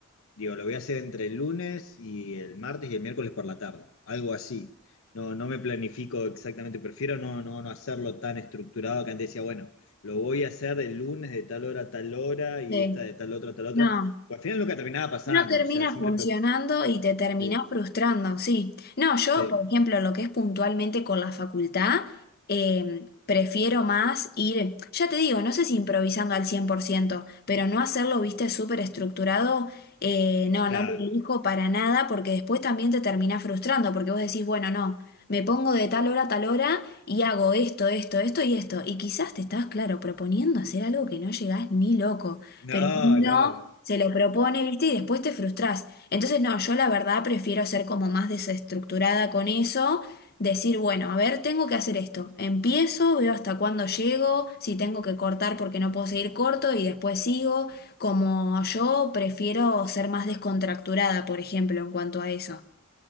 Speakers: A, on the left (about 60°); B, on the left (about 45°).
A: digo, lo voy a hacer entre el lunes y el martes y el miércoles por la tarde, algo así. No, no me planifico exactamente, prefiero no, no, no hacerlo tan estructurado que antes decía, bueno, lo voy a hacer el lunes de tal hora a tal hora y
B: Sí.
A: esta de tal otra a tal otra.
B: No.
A: Pues al final nunca terminaba pasando,
B: No termina
A: o sea, siempre
B: funcionando
A: pues,
B: y te terminás
A: Sí,
B: frustrando, sí. No, yo,
A: sí,
B: por ejemplo, lo que es puntualmente con la facultad, eh, prefiero más ir, ya te digo, no sé si improvisando al 100% pero no hacerlo, viste, súper estructurado, eh, no,
A: claro.
B: no lo elijo para nada porque después también te terminás frustrando porque vos decís, bueno, no, me pongo de tal hora a tal hora y hago esto, esto, esto y esto. Y quizás te estás, claro, proponiendo hacer algo que no llegás ni loco.
A: No,
B: Pero no
A: no.
B: se lo propone, ¿viste? Y después te frustrás. Entonces, no, yo la verdad prefiero ser como más desestructurada con eso, decir, bueno, a ver, tengo que hacer esto. Empiezo, veo hasta cuándo llego, si tengo que cortar porque no puedo seguir corto y después sigo. Como yo prefiero ser más descontracturada, por ejemplo, en cuanto a eso.